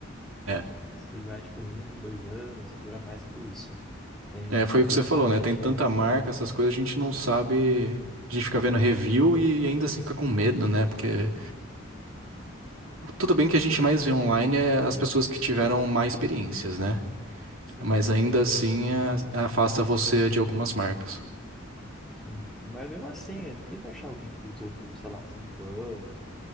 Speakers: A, on the right (about 85°); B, in the centre.
A: É,
B: Se vai, tipo, um, dois anos e dura mais que isso. Tem,
A: é,
B: você
A: foi o
B: tem
A: que você
B: que
A: falou,
B: pagar
A: né?
B: garantia.
A: Tem tanta marca, essas coisas, a gente não sabe. A gente fica vendo review e ainda assim fica com medo, né? Porque tudo bem que a gente mais vê online é as pessoas que tiveram mais experiências, né?
B: Sim,
A: Mas
B: é.
A: ainda assim a- afasta você de algumas marcas.
B: Sim. Mas mesmo assim, é difícil achar alguém que usou por, sei lá, cinco anos.